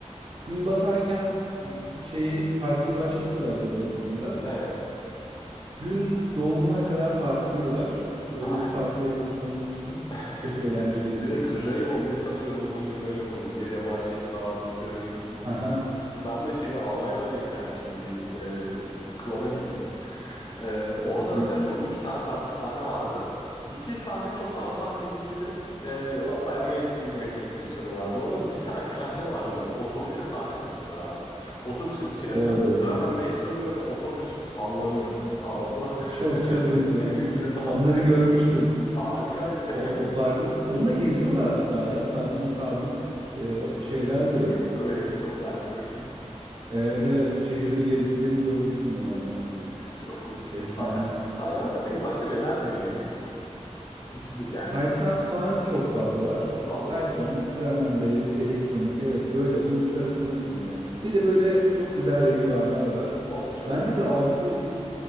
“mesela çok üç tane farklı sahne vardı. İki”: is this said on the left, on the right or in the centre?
Left